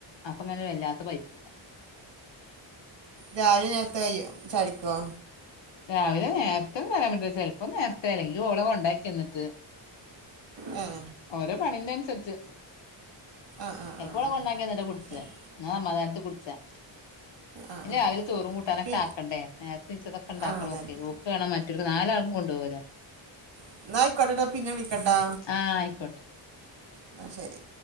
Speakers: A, on the left (about 60°); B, on the right (about 60°).
A: അപ്പ അങ്ങനെ വല്ലാത്ത പൈപ്പ്
B: രാവിലെ നേരത്ത് കയ്യോ ച യടിക്കുവോ
A: രാവിലെ നേരത്തെന്ന് പറരാൻ പറ്റില്ല ചിലപ്പോ നേരത്തെ അല്ലെങ്കി ഓള കൊണ്ടാക്കി വന്നിട്ട്
B: ഉം
A: ഓരോ പണി ന്റ നുസരിച്
B: ആഹ് ആഹ്
A: ചിലപ്പോള
B: ആഹ് ആഹ്
A: കൊണ്ടക്കി വന്നിട്ടാ കുടിച്ച
B: ശരി
A: ന സമാധാനത്തിൽകുടിച്ചാ
B: ആഹ്
A: ഇല്ല
B: ആഹ്
A: രാ വല് ചോറും കൂട്ടാനൊക്കെ
B: പി
A: ആണ്ടേ നേരത്തെ നി ഇച്ചതക്കെണ്ടാക്കണം
B: ആഹ് അതന്നെ
A: ഓെ ഓക്ക് കാണണം മറ്റൊരു നാലാളും കൊണ്ടോവോ ല
B: ന്നാ എന്നായിക്കോട്ടെട്ടാ പിന്നെ വിളിക്കട്ടാ
A: ആഹ് ആയിക്കോട്ടെ
B: എന്നാ ശരി